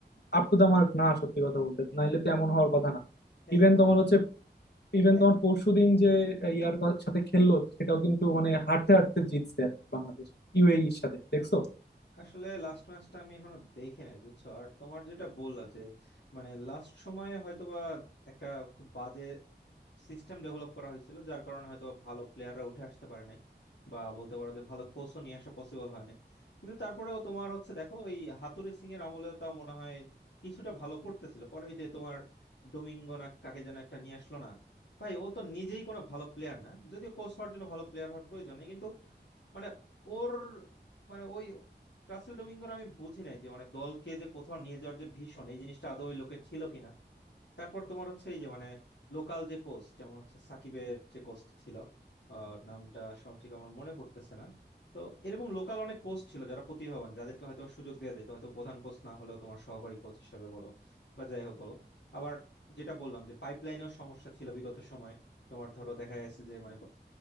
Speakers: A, on the left; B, on the left.
A: আপ টু দা মার্ক না সত্যি কথা বলতে নাইলে তো এমন হওয়ার কথা না ইভেন
B: একদমই
A: তোমার হচ্ছে ইভেন
B: এক
A: তোমার পরশুদিন যে ইয়ার ক- সাথে খেললো সেটাও কিন্তু মানে হাঁটতে হাঁটতে জিতছে আর কি বাংলাদেশ ইউএই এর সাথে দেখছো
B: আসলে লাস্ট ম্যাচটা আমি এখনো দেখি নাই বুঝছো আর তোমার যেটা বললা যে মানে লাস্ট সময়ে হয়তোবা একটা খুব বাজে সিস্টেম ডেভেলপ করা হয়েছিল যার কারণে হয়তো ভালো প্লেয়াররা উঠে আসতে পারে নাই বা বলতে পারো যে ভালো কোচও নিয়ে আসা পসিবল হয় নাই কিন্তু তারপরেও তোমার হচ্ছে দেখো ওই হাতুড়ি সিং এর আমলে তা মনে হয় কিছুটা ভালো করতেছিল পরে ওই যে তোমার ডোমিঙ্গো না কাকে যেন একটা নিয়ে আসলো না ভাই ও তো নিজেই কোনো ভালো প্লেয়ার না যদিও কোচ হওয়ার জন্য ভালো প্লেয়ার হওয়ার প্রয়োজন নেই কিন্তু মানে ওর মানে ওই রাসেল ডোমিঙ্গোর আমি বুঝি নাই যে মানে দলকে যে কোথাও নিয়ে যাওয়ার যে ভীষণ এই জিনিসটা আদৌ ওই লোকের ছিল কিনা তারপর তোমার হচ্ছে এই যে মানে লোকাল যে কোচ যেমন হচ্ছে সাকিবের যে কোচটা ছিল আহ, নামটা সঠিক আমার মনে পড়তেছে না তো এরকম লোকাল অনেক কোচ ছিল যারা প্রতিভাবান যাদেরকে হয়তো সুযোগ দেওয়া যেত হয়তো প্রধান কোচ না হলেও তোমার সহকারী কোচ হিসেবে বলো বা যাই হোক বলো আবার যেটা বললাম যে পাইপলাইনেও সমস্যা ছিল বিগত সময়ে তোমার ধরো দেখা গেছে যে মানে